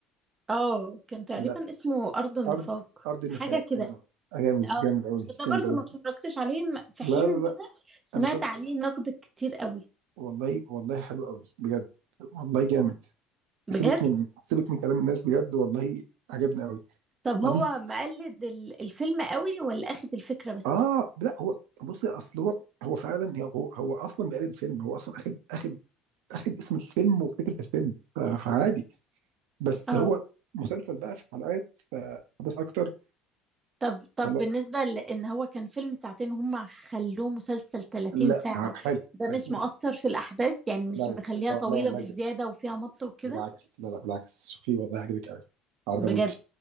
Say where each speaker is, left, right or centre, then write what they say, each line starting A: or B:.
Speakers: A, on the right; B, on the right.
A: اه كان تقريبا
B: لا
A: اسمه أرض النفاق
B: ارض ارض النفاق
A: حاجة كده
B: ايوه آه، جامد
A: اه
B: جامد قوي
A: انا ده برضو
B: جامد قوي
A: ما اتفرجتش عليه م- في
B: لا
A: حين
B: لا
A: ان
B: لا
A: انا سمعت
B: انا شفت
A: عليه نقد كتير قوي
B: والله والله حلو قوي بجد والله جامد
A: بجد
B: سيبك من سيبك من كلام الناس بجد والله عجبني قوي
A: طب
B: وبعدين
A: هو مقلد ال- الفيلم قوي ولا اخد الفكرة بس
B: اه لا هو بص اصل هو هو فعلا هو هو اصلا بيقلد الفيلم هو اصلا اخد اخد اخد اسم الفيلم وفكره الفيلم ف- فعادي بس
A: اه
B: هو مسلسل بقى في حلقات ف- فبس اكتر
A: طب طب
B: فلا
A: بالنسبة لان هو كان فيلم ساعتين هم خلوه مسلسل 30
B: لا
A: ساعة
B: ع- حلو
A: ده
B: حلو
A: مش مؤثر في الاحداث يعني مش
B: لا
A: مخليها
B: لا
A: طويلة
B: لا والله
A: بالزيادة
B: جامد.
A: وفيها مط وكده
B: بالعكس لا لا بالعكس شوفيه والله هيعجبك قوي على
A: بجد
B: ضمانتي